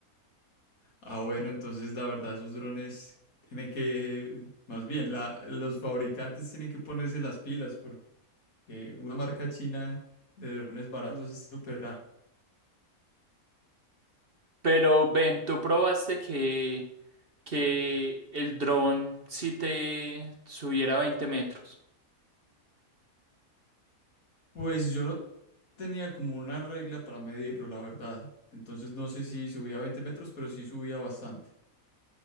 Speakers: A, on the left; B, on the right.
A: Ah, bueno, entonces la verdad, esos drones tienen que, más bien, la, los fabricantes tienen que ponerse las pilas porque una marca china de drones baratos los está superando.
B: Pero ven, tú probaste que, que el dron sí te subiera 20 metros.
A: Pues yo no tenía como una regla para medirlo, la verdad. Entonces no sé si subía a 20 metros, pero sí subía bastante.